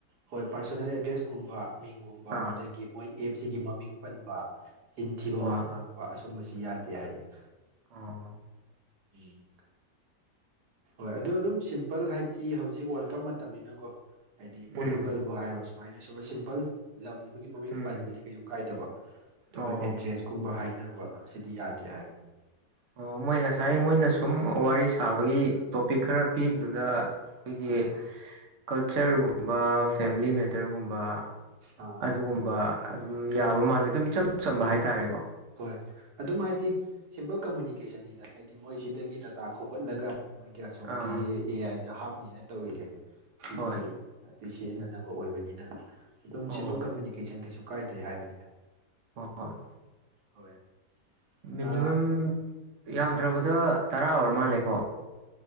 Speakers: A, on the right (about 75°); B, on the right (about 60°).
A: ꯍꯣꯏ ꯄꯥꯔꯁꯣꯅꯦꯜ ꯑꯦꯗ꯭ꯔꯦꯁꯀꯨꯝꯕ ꯃꯤꯡꯒꯨꯝꯕ
B: ꯑꯥ
A: ꯑꯗꯒꯤ ꯃꯣꯏ ꯑꯦꯞꯁꯤꯒꯤ ꯃꯃꯤꯡ ꯄꯟꯕ ꯆꯤꯟ ꯊꯤꯕ
B: ꯍꯣꯏ
A: ꯋꯥ ꯉꯥꯡꯕ ꯑꯁꯨꯝꯕꯁꯤ ꯌꯥꯗꯦ ꯍꯥꯏꯕꯅꯤ
B: ꯑꯥ
A: ꯎꯝ ꯍꯣꯏ ꯑꯗꯨ ꯑꯗꯨꯝ ꯁꯤꯝꯄꯜ ꯍꯥꯏꯗꯤ ꯍꯧꯖꯤꯛ ꯋꯥꯔꯜ ꯀꯞ ꯃꯇꯝꯅꯤꯅꯀꯣ ꯍꯥꯏꯗꯤ ꯄꯣꯔꯇꯨꯒꯜꯕꯨ
B: ꯎꯝ
A: ꯍꯥꯏꯔꯣ ꯁꯨꯃꯥꯏꯅ ꯁꯨꯝꯕ ꯁꯤꯝꯄꯜ ꯂꯝ ꯑꯗꯨꯒꯤ ꯃꯃꯤꯡ
B: ꯎꯝ
A: ꯄꯟꯕꯗꯤ ꯀꯩꯁꯨ ꯀꯥꯏꯗꯕ ꯑꯗꯨꯒ
B: ꯑꯣ
A: ꯑꯦꯗ꯭ꯔꯦꯁ ꯀꯨꯝꯕ ꯍꯥꯏꯅꯕ ꯁꯤꯗꯤ ꯌꯥꯗꯦ ꯍꯥꯏꯕꯅꯤ
B: ꯑꯣ ꯃꯣꯏ ꯉꯁꯥꯏ ꯃꯣꯏꯅ ꯁꯨꯝ ꯋꯥꯔꯤ ꯁꯥꯕꯒꯤ ꯇꯣꯄꯤꯛ ꯈꯔ ꯄꯤꯕꯗꯨꯗ ꯑꯩꯈꯣꯏꯒꯤ
A: ꯑꯥ
B: ꯀꯜꯆꯔꯒꯨꯝꯕ ꯐꯦꯃꯤꯂꯤ ꯃꯦꯇꯔꯒꯨꯝꯕ
A: ꯑꯥ
B: ꯑꯗꯨꯒꯨꯝꯕ ꯑꯗꯨꯝ ꯌꯥꯕ ꯃꯥꯜꯂꯦ ꯑꯗꯨꯝ ꯏꯆꯝ ꯆꯝꯕ ꯍꯥꯏꯇꯥꯔꯦꯀꯣ
A: ꯍꯣꯏ ꯑꯗꯨꯝ ꯍꯥꯏꯗꯤ ꯁꯤꯝꯄꯜ ꯀꯃꯨꯅꯤꯀꯦꯁꯟꯅꯤꯗ ꯍꯥꯏꯗꯤ ꯃꯣꯏꯁꯤꯗꯒꯤ ꯗꯗꯥꯇꯥ ꯈꯣꯒꯠꯂꯒ ꯃꯣꯏꯒꯤ ꯑꯁꯣꯝꯒꯤ
B: ꯑꯥ
A: ꯑꯦ ꯑꯥꯏꯗ ꯍꯥꯞꯅꯦꯅ ꯇꯧꯔꯤꯁꯦ ꯁꯤꯒꯤ
B: ꯍꯣꯏ
A: ꯑꯗꯨꯏ ꯁꯤꯖꯤꯟꯅ ꯈꯅꯕ ꯑꯣꯏꯕꯅꯤꯅ ꯑꯗꯨꯝ
B: ꯑꯣ
A: ꯁꯤꯝꯄꯜ ꯀꯃꯨꯅꯤꯀꯦꯁꯟ ꯀꯩꯁꯨ ꯀꯥꯏꯗ꯭ꯔꯦ ꯍꯥꯏꯕꯅꯤꯅ
B: ꯍꯣꯏ
A: ꯍꯣꯏ
B: ꯃꯤꯅꯤꯃꯝ
A: ꯑꯥ
B: ꯌꯥꯝꯗ꯭ꯔꯕꯗ
A: ꯑꯥ
B: ꯇꯔꯥ ꯑꯣꯏꯔ ꯃꯥꯜꯂꯦꯀꯣ